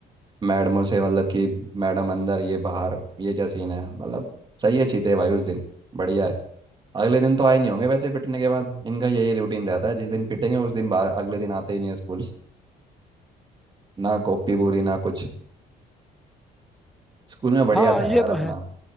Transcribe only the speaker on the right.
मैडमों से मतलब कि मैडम अंदर ये बाहर ये क्या सीन है मतलब सही है चीते भाई उस दिन बढ़िया है अगले दिन तो आए नहीं होंगे वैसे पिटने के बाद इनका यही रूटीन रहता है जिस दिन पिटेंगे उस दिन बाहर अगले दिन आते ही नहीं है स्कूल ना कॉपी पूरी ना कुछ स्कूल में बढ़िया
था
यार
अपना